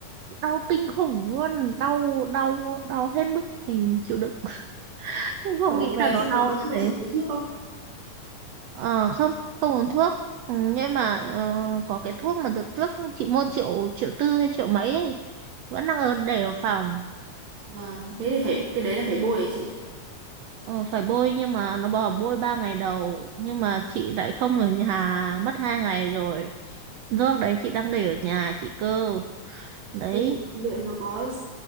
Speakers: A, on the right; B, on the right.
A: đau kinh khủng luôn đau đau đau hết mức mình chịu đựng <laughs> không, không
B: Kiểu
A: nghĩ
B: về
A: là nó
B: xong
A: đau
B: nó có
A: như
B: cho
A: thế
B: chị uống thuốc không?
A: ờ không không uống thuốc ừ, nhưng mà ờ, có cái thuốc mà đợt trước chị mua triệu triệu tư hay triệu mấy ấy, vẫn đang ở để ở phòng
B: Vâng, thế thì phải cái đấy là phải bôi hả chị.
A: Ờ, phải bôi nhưng mà nó bảo bôi ba ngày đầu nhưng mà chị lại không ở nhà mất hai ngày rồi nước đấy chị đang để ở nhà chị cơ đấy
B: Thế thì Liệu nó có